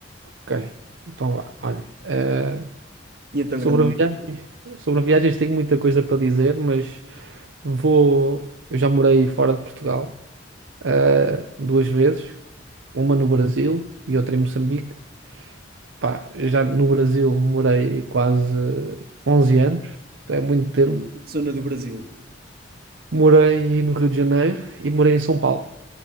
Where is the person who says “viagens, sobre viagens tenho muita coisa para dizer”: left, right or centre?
Right